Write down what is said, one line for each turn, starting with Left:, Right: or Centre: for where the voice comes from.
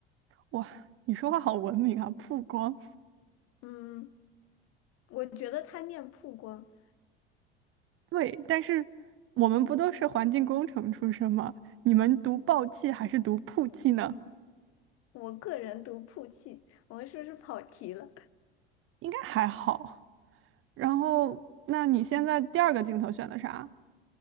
Right: 哇，你说话好文明啊，曝光。
Left: 嗯，我觉得它念曝光，
Right: 对，但是我们不都是环境工程出身吗？你们读报气还是读曝气呢？
Left: 我个人读曝气。我们是不是跑题了？
Right: 应该还好。然后，那你现在第二个镜头选的啥？